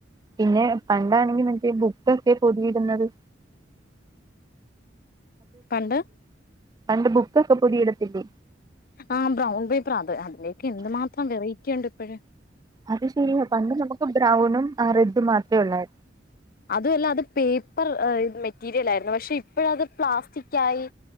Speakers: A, on the right; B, on the left.
A: പിന്നെ പണ്ടാണെങ്കി മറ്റേ ബുക്കൊക്കെ പൊതിയിട്ന്നത്
B: പണ്ട്?
A: പണ്ട് ബുക്കൊക്കെ പൊതിയിടത്തില്ലേ
B: ആ ബ്രൗൺ പേപ്പർ, അത് അതിലേക്ക് എന്തു മാത്രം വെറൈറ്റി ഒണ്ട് ഇപ്പഴ്
A: അത് ശരിയാ പണ്ട് നമ്മക്ക് ബ്രൗണും ആ റെഡും മാത്രേ ഒള്ളായ്
B: അതുവല്ല അത് പേപ്പർ മെറ്റീരിയലായിർന്ന് പക്ഷെ ഇപ്പോഴത് പ്ലാസ്റ്റിക്കായി